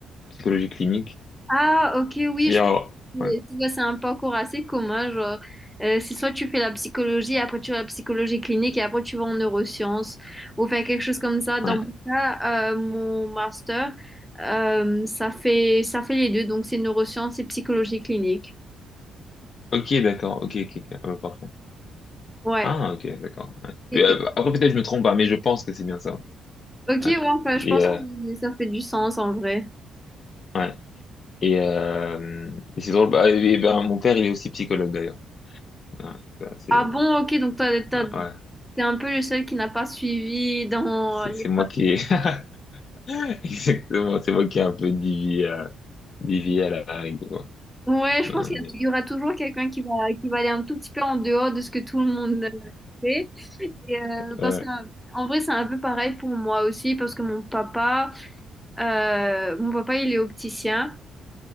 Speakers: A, on the left; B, in the centre.
A: psychologie clinique.
B: Ah, ok, oui,
A: Et
B: je
A: alors,
B: pense que
A: ouais,
B: tu vois, c'est un parcours assez commun. Genre, euh, c'est soit tu fais la psychologie, après tu vas la psychologie clinique et après tu vas en neurosciences ou faire quelque chose comme ça. Dans
A: ouais.
B: mon cas, euh, mon master, euh, ça fait, ça fait les deux, donc c'est neurosciences et psychologie clinique.
A: Ok, d'accord, ok, ok, ok, ah bah, parfait.
B: Ouais.
A: Ah, ok, d'accord. ouais.
B: Et-
A: Mais, euh,
B: et-
A: bah, après, peut-être je me trompe pas, mais je pense que c'est bien ça.
B: ok,
A: Ouais.
B: ouais, enfin,
A: Et
B: je pense
A: euh,
B: que ça fait du sens en vrai.
A: ouais. Et, euh, et c'est drôle. bah, et ben, mon père, il est aussi psychologue d'ailleurs. Ouais, ça, c'est-
B: Ah bon, ok, donc toi, t'as-
A: Ouais, ouais.
B: t'es un peu le seul qui n'a pas suivi dans
A: C'est
B: les
A: c'est moi qui ai... <laughs> exactement, c'est moi qui ai un peu dévié à, dévié à la règle, quoi.
B: Ouais, je
A: Non,
B: pense qu'il y
A: mais,
B: a- il y aura toujours quelqu'un qui va, qui va aller un tout petit peu en dehors de ce que tout le monde fait. Et, euh, parce
A: ouais,
B: que, en vrai, c'est un peu pareil pour moi aussi, parce que mon papa, euh, mon papa, il est opticien.